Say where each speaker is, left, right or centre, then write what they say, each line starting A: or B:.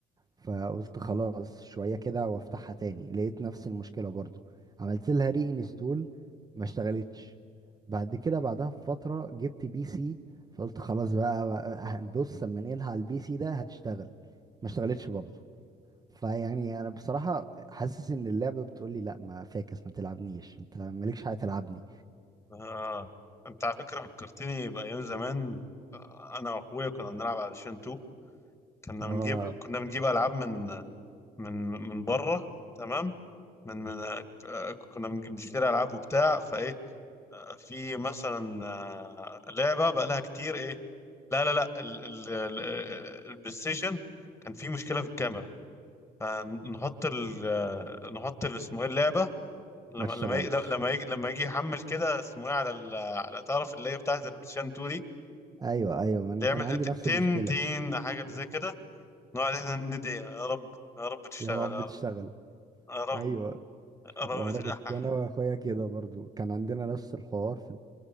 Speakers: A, on the right; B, on the left.
A: فقلت خلاص شوية كده وافتحها تاني لقيت نفس المشكلة برضو عملت لها ري انستول ما اشتغلتش بعد كده بعدها بفترة جبت بي سي فقلت خلاص بقى بقى- بص اما انقلها على البي سي ده هتشتغل ما اشتغلتش برضو فيعني انا بصراحة حاسس ان اللعبة بتقولي لا ما فاكس ما تلعبنيش انت مالكش حاجة تلعبني
B: اه انت على فكره فكرتني بايام زمان آه، انا واخويا كنا بنلعب على شين كنا
A: اه
B: بنجيب كنا بنجيب العاب من من من بره تمام من من آه، كنا بنج- بنشتري العاب وبتاع فايه آه، في مثلا آه، لعبه بقى لها كتير ايه لا لا لا ال- ال- ال- آه، البلاي ستيشن كان في مشكله في الكاميرا فنحط ال آه، نحط ال- اسمه ايه اللعبه لما
A: ما تشتغلش
B: لما يجي لما يجي لما يجي يحمل كده اسمه ايه على ال- على تعرف اللي هي بتاعت البلاي ستيشن 2 دي
A: ايوه ايوه ما انا
B: يعمل
A: كان عندي نفس
B: تن
A: المشكلة
B: تن حاجه زي كده نقعد احنا ندعي يا رب يا رب تشتغل
A: يا رب
B: يا
A: تشتغل
B: رب يا رب
A: ايوه
B: يا رب
A: وانا
B: تلحح
A: كنت انا واخويا كده برضو كان عندنا نفس الحوار في